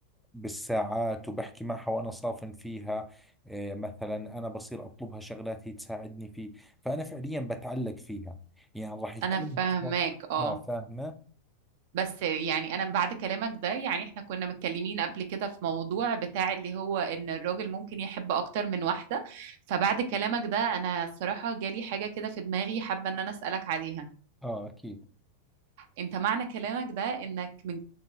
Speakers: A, in the centre; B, on the right.
A: بالساعات وبحكي معها وأنا صافن فيها إيه مثلا أنا بصير أطلبها شغلات هي تساعدني فيه فأنا فعليا بتعلق فيها يعني راح يكون
B: انا فاهماك اه
A: آه فاهمة
B: بس يعني انا بعد كلامك ده يعني احنا كنا متكلمين قبل كده في موضوع بتاع اللي هو ان الراجل ممكن يحب اكتر من واحدة فبعد كلامك ده انا الصراحة جالي حاجة كده في دماغي حابة ان انا اسألك عليها
A: آه أكيد
B: انت معنى كلامك ده انك من